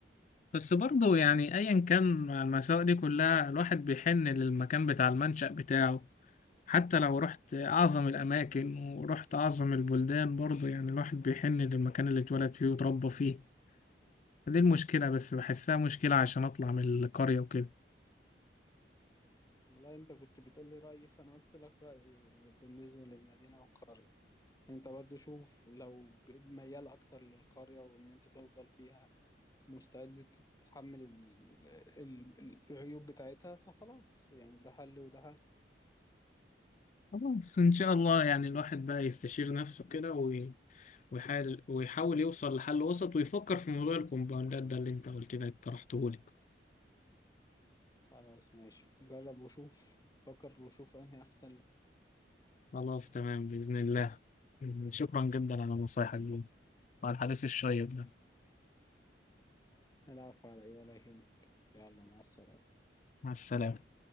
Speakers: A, on the left (about 40°); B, on the left (about 20°).
A: بس برضه يعني ايا كان مع المساوئ دي كلها الواحد بيحن للمكان بتاع المنشأ بتاعه حتى لو رحت أعظم الأماكن ورحت أعظم البلدان برضه يعني الواحد بيحن للمكان اللي اتولد فيه وتربى فيه فدي المشكلة بس بحسها مشكلة عشان أطلع من القرية وكده
B: والله انت كنت بتقول لي رأيي فانا قلت لك رأيي بالنسبة للمدينة والقرية انت برضو شوف لو ب- ميال اكتر للقرية وان انت تفضل فيها مستعد تتحمل ال- ال- ال- العيوب بتاعتها فخلاص يعني ده حل وده حل
A: خلاص إن شاء الله يعني الواحد بقى يستشير نفسه كده وي- ويحاول ويحاول يوصل لحل وسط ويفكر في موضوع الكومباوندات ده اللي أنت قلت لي اقترحته لي
B: خلاص ماشي جرب وشوف فكر وشوف انهي احسن لك
A: خلاص تمام بإذن الله شكرا جدا على نصايحك دي وعلى الحديث الشيق ده
B: العفو على ايه ولا يهمك يلا مع السلامة
A: مع السلامة